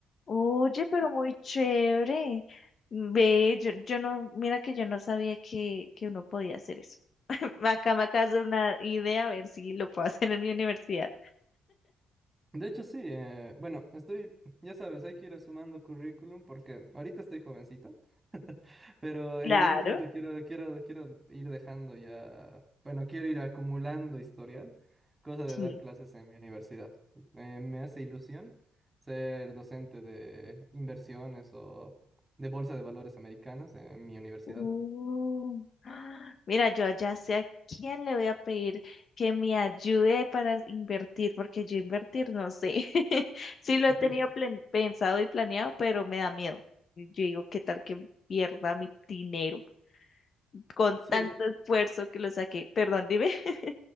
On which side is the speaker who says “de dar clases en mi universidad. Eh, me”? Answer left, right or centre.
Right